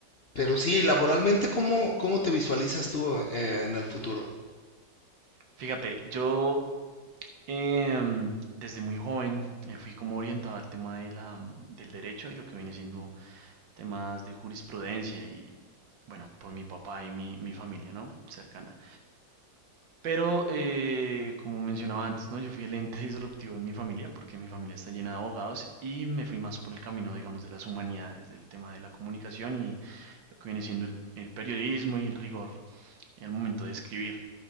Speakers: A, on the left; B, on the right.
A: Pero sí, laboralmente, ¿cómo, cómo te visualizas tú eh, en el futuro?
B: Fíjate, yo em, desde muy joven eh, fui como orientado al tema de la, del derecho y lo que viene siendo temas de jurisprudencia y, bueno, por mi papá y mi, mi familia, ¿no? Cercana. Pero, eh, como mencionaba antes, ¿no? Yo fui el ente <laughs> disruptivo en mi familia porque mi familia está llena de abogados y me fui más por el camino, digamos, de las humanidades, del tema de la comunicación y lo que viene siendo el, el periodismo y el rigor al momento de escribir.